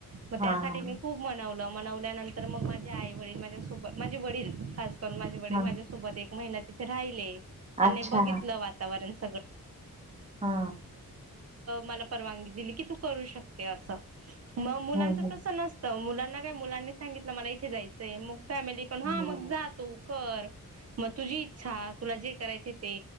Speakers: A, on the right; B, on the right.
A: मग
B: हां,
A: त्यासाठी
B: हां.
A: मी खूप नवल्यानंतर मग माझे आई वडील माझ्यासोबत माझे वडील खास करून माझे वडील
B: हां.
A: माझ्यासोबत एक महिना तिथे राहिले त्यांनी
B: अच्छा.
A: बघितलं वातावरण सगळं
B: हा
A: मला परवानगी दिली की तू करू शकते असं मग मुलांच
B: हं, हं.
A: तस नसत मुलांना काय मुलांनी सांगितलं मला इथे जायचंय मग फॅमिली पण
B: हं.
A: हा मग जा तू कर मग तुझी इच्छा तुला जे करायचे ते